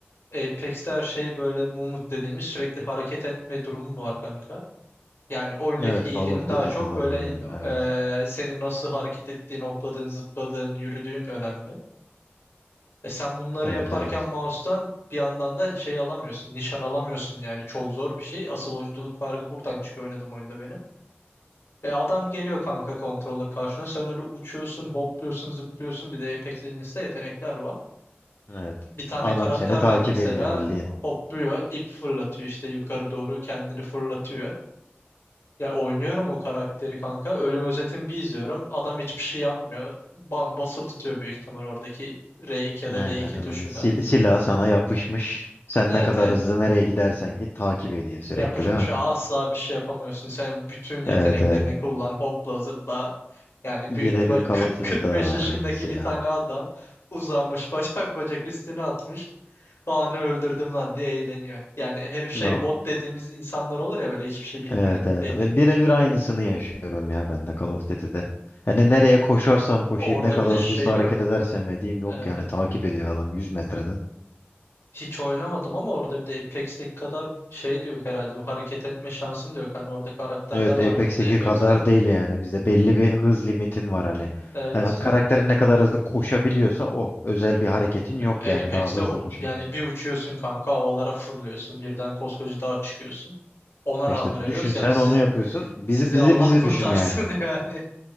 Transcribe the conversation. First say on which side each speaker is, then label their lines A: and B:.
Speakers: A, on the left; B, on the left.
A: Apex'te her şey böyle mumut dediğimiz sürekli hareket etme durumu var kanka. Yani oyundaki
B: Evet
A: iyiliğin
B: Call of Duty'de
A: daha çok
B: de
A: böyle
B: var yani evet.
A: e, senin nasıl hareket ettiğin, hopladığın, zıpladığın, yürüdüğün önemli. E sen bunları
B: Evet
A: yaparken
B: evet.
A: mouse'tan bir yandan da şey alamıyorsun, nişan alamıyorsun yani çok zor bir şey. Asıl oyunculuk farkı buradan çıkıyor oynadım oyunda benim. E adam geliyor kanka controller karşına. Sen öyle uçuyorsun, hopluyorsun, zıplıyorsun. Bir de Apex Legends'te yetenekler var.
B: Evet.
A: Bir tane
B: Adam
A: karakter
B: seni takip
A: ver mesela
B: ediyor bildiğin.
A: hopluyor, ip fırlatıyor işte yukarı doğru kendini fırlatıyor. Ya oynuyorum o karakteri kanka. Ölüm özetini bir izliyorum. Adam hiçbir şey yapmıyor. Bam basılı tutuyor büyük ihtimal oradaki R2 ya
B: Aynen
A: da L2
B: adamın
A: tuşunu.
B: sil silahı sana yapışmış. Sen
A: Evet
B: ne kadar
A: evet.
B: hızlı nereye gidersen git takip ediyor sürekli
A: Yapışmışa
B: değil mi?
A: asla bir şey yapamıyorsun. Sen bütün yeteneklerini
B: Evet evet.
A: kullan, hopla zıpla. Yani
B: Birebir
A: büyük ihtimal
B: Call
A: 40-45
B: of Duty'de de var
A: yaşındaki
B: aynısı
A: bir
B: ya.
A: tane adam uzanmış <laughs> bacak bacak üstüne atmış. Aa ne öldürdüm lan diye eğleniyor. Yani her şey
B: No
A: bot dediğimiz insanlar olur ya böyle hiçbir şey bilmeyen.
B: Evet evet.
A: Belki-
B: Ve birebir aynısını yaşıyorum ya ben de Call of Duty'de. Hani nereye koşarsam koşayım
A: Orada
B: ne kadar
A: bir de şey
B: hızlı
A: yok.
B: hareket edersem edeyim yok
A: Ee,
B: yani takip ediyor adam 100 metreden.
A: hiç oynamadım ama orada bir de Apex'teki kadar şey de yok herhalde. Bu hareket etme şansın da yok. Hani orada karakterler
B: Evet
A: var
B: Apex'teki
A: en azından Apex'te.
B: kadar değil yani bizde belli bir hız limitin var hani.
A: Evet.
B: Yani karakterin ne kadar hızlı koşabiliyorsa o özel bir hareketin yok
A: Apex'te
B: yani daha hızlı
A: ho-
B: koşmak
A: yani
B: için.
A: bir uçuyorsun kanka havalara fırlıyorsun birden koskoca dağa çıkıyorsun. Ona
B: E
A: rağmen
B: İşte
A: ölüyoruz
B: düşün sen
A: yani siz
B: onu yapıyorsun bizi
A: sizi
B: bizi
A: Allah
B: bizi
A: kurtarsın
B: düşün yani.
A: <laughs> yani.